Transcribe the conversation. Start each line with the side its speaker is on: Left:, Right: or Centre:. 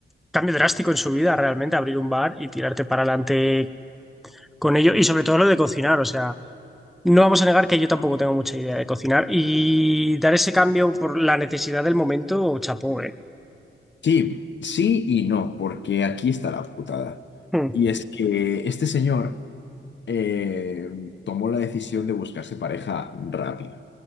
Centre: cambio drástico en su vida realmente abrir un bar y tirarte para adelante con ello y sobre todo lo de cocinar, o sea, no vamos a negar que yo tampoco tengo mucha idea de cocinar y dar ese cambio por la necesidad del momento, chapó, ¿eh?
Left: Sí, sí y no, porque aquí está la putada.
Centre: Mm.
Left: Y es que este señor eh, tomó la decisión de buscarse pareja rápido.